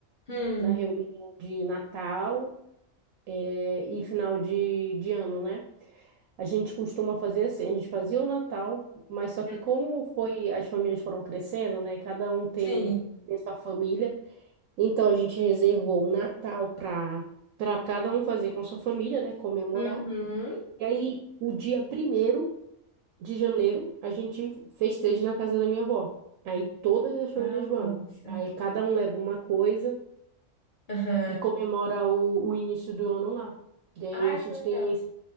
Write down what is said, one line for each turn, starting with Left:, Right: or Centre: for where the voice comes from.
Left: hum,
Right: na reunião de Natal, é, e final de, de ano, né? A gente costuma fazer assim, a gente fazia o Natal, mas só que
Left: hum,
Right: como foi, as famílias foram crescendo, né? Cada um tem,
Left: sim.
Right: tem sua família, então a gente reservou o Natal para para cada um fazer com sua família, né? Comemorar.
Left: Uhum.
Right: E aí, o dia primeiro de janeiro, a gente festeja na casa da minha avó. Aí todas as famílias
Left: Ah,
Right: vão.
Left: nossa.
Right: Aí cada um leva uma coisa
Left: Aham.
Right: e comemora o, o início do ano lá. E aí
Left: Ai,
Right: a gente
Left: que legal.
Right: tem esse,